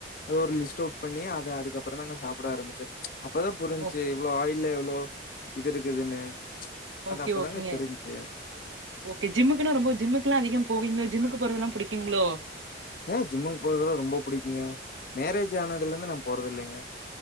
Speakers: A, on the left; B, on the right.
A: அது ஒரு லிஸ்ட் அவுட் பண்ணி அது அதுக்கப்புறந்தாங்க சாப்பிட ஆரம்பிச்சே அப்பதா புரிஞ்ச்சு
B: ஓ
A: இவ்வளோ ஆயில்ல எவ்ளோ இது இருக்குதுன்னு
B: ஓகே
A: அது அப்பதாங்க
B: ஓகேங்க
A: தெரிஞ்சுச்சு.
B: ஓகே ஜிம்முக்குன்னா ரொம்ப ஜிம்முக்குல்லா அதிகோ போவீங்ளோ ஜிம்முக்கு போறதெல்லா புடிக்குங்ளோ
A: ஏ ஜிம்முக்கு போறதுலா ரொம்ப புடிக்குங்க மேரேஜ் ஆனதுல இருந்து நா போறது இல்லைங்க